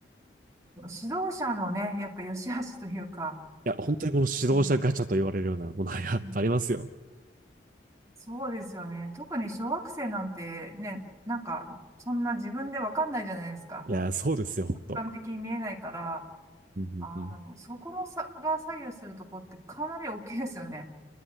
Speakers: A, on the right (about 15°); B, on the right (about 45°).
A: 指導者のね、やっぱ良し悪しというか、
B: や、本当にこの指導者ガチャと言われるようなものはやっぱありますよ。
A: うんうんそうですよね。特に小学生なんてね、なんか、そんな自分でわかんないじゃないですか。
B: いや、そうですよ、本当。
A: 俯瞰的に見えないから、
B: うんうんうん
A: あの、そこの差が左右するとこってかなり大きいですよね。